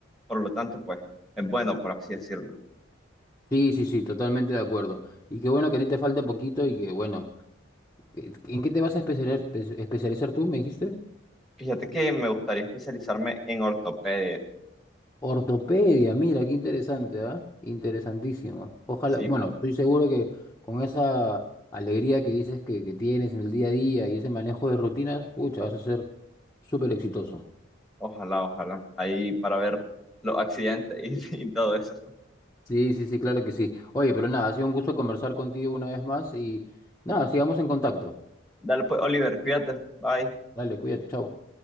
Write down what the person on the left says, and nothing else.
Sí, sí, sí, totalmente de acuerdo. Y qué bueno que a ti te falta poquito y que bueno, que- ¿en qué te vas a especializar, espe- especializar tú, me dijiste?
Ortopedia, mira, qué interesante, ¿ah? Interesantísimo. Ojalá,
bueno, estoy seguro que con esa alegría que dices que, que tienes en el día a día y ese manejo de rutinas, pucha, vas a ser súper exitoso.
Sí, sí, sí, claro que sí. Oye, pero nada, ha sido un gusto conversar contigo una vez más y nada, sigamos en contacto.
Dale, cuídate, chao.